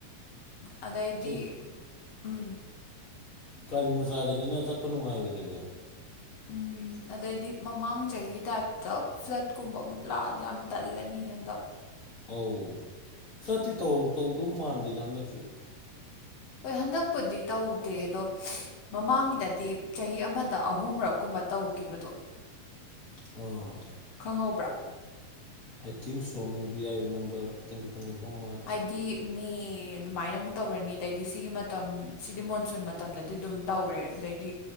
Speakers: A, on the left; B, on the left.
A: ꯑꯥꯗꯩꯗꯤ
B: ꯑꯩ
A: ꯎꯝ
B: ꯒꯥꯔꯤ ꯃꯆꯥꯗꯅꯤꯅ ꯆꯠꯄ ꯅꯨꯡꯉꯥꯏꯔꯣꯏꯗꯣꯏꯕ
A: ꯎꯝ ꯑꯗꯩꯗꯤ ꯃꯃꯥꯡ ꯆꯍꯤꯒꯤ ꯇꯥꯏꯞꯇ ꯐ꯭ꯂꯠꯀꯨꯝꯕ ꯑꯃꯨꯛ ꯂꯥꯛꯑꯗꯤ ꯌꯥꯝ ꯇꯜꯂꯅꯤ ꯍꯟꯗꯛ
B: ꯑꯧ ꯆꯠꯇꯤ ꯇꯧꯗꯧ ꯃꯥꯟꯗꯦꯗ ꯍꯟꯗꯛꯁꯨ
A: ꯍꯣꯏ ꯍꯟꯗꯛꯄꯨꯗꯤ ꯇꯧꯗꯦ ꯑꯗꯣ ꯃꯃꯥꯡꯒꯤꯗꯗꯤ ꯆꯍꯤ ꯑꯃꯗ ꯑꯍꯨꯝꯔꯛ ꯀꯨꯝꯕ ꯇꯧꯈꯤꯕꯗꯣ
B: ꯑ
A: ꯈꯪꯍꯧꯕ꯭ꯔꯥ
B: I think so maybe I remember ꯈꯤꯇꯪ ꯈꯤꯇꯪ ꯅꯤꯡꯁ ꯅꯨꯃꯜ
A: ꯍꯥꯏꯗꯤ ꯃꯤ ꯑꯗꯨꯃꯥꯏꯅ ꯑꯃꯨꯛ ꯇꯧꯔꯅꯤ ꯑꯗꯩꯗꯤ ꯁꯤꯒꯤ ꯃꯇꯝ ꯁꯤꯗꯤ ꯃꯣꯟꯁꯨꯟ ꯃꯇꯝꯗꯗꯤ ꯑꯗꯨꯝ ꯇꯧꯔꯦ ꯑꯗꯩꯗꯤ